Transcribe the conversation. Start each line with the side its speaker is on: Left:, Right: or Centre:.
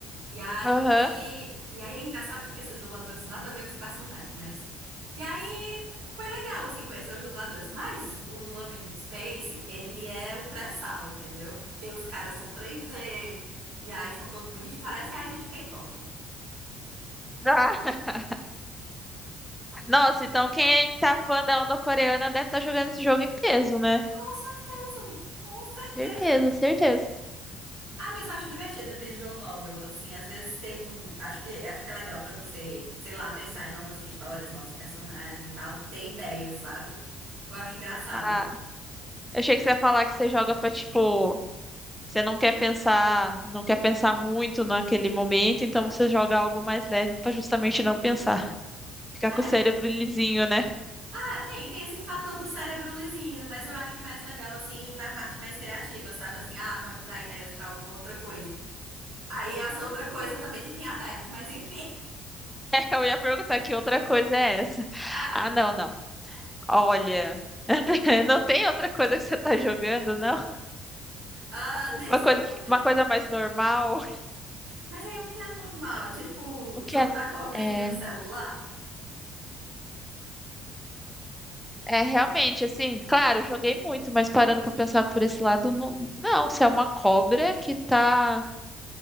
Right: E aí,
Centre: Aham.
Right: e aí é engraçado porque esses dubladores nada a ver com os personagens, mas. E aí foi legal, assim, conhecer os dubladores. Mas o Love in Deep Space, ele é o pré-sal, entendeu? Porque os caras são 3D, e aí são todo bonitinho, parece a ida de K-pop.
Centre: Ah. <laughs> Nossa, então quem tá fã da onda coreana deve estar jogando esse jogo em peso, né?
Right: Com certeza, com certeza.
Centre: Certeza, certeza.
Right: Ah, mas eu acho divertido visual novel, assim, às vezes tem um, acho que acho que é legal pra você, sei lá, pensar em novas histórias, novos personagens e tal, ter ideias, sabe? Eu acho engraçado.
Centre: Ah, eu achei que você ia falar que você joga pra, tipo, você não quer pensar, não quer pensar muito naquele momento, então você joga algo mais leve pra justamente não pensar. Ficar
Right: É,
Centre: com o cérebro lisinho, né?
Right: Ah, tem, tem esse fator do cérebro lisinho, mas eu acho mais legal assim na parte mais criativa, sabe? Assim, ah, pode dar ideias pra alguma outra coisa. Aí essa outra coisa também fica em aberto, mas enfim. <laughs>
Centre: <laughs> Eu ia perguntar que outra coisa é essa.
Right: Ah,
Centre: Ah, não, não. Olha, <laughs> não tem outra coisa que você tá jogando, não?
Right: ah, nesse
Centre: Uma coisa,
Right: momento.
Centre: uma coisa mais normal.
Right: Mas aí o que é normal? Tipo,
Centre: O
Right: o
Centre: que
Right: jogo
Centre: é,
Right: da cobrinha
Centre: é,
Right: do celular?
Centre: é realmente assim, claro, eu joguei muito, mas parando pra pensar por esse lado, não, não, se é uma cobra que tá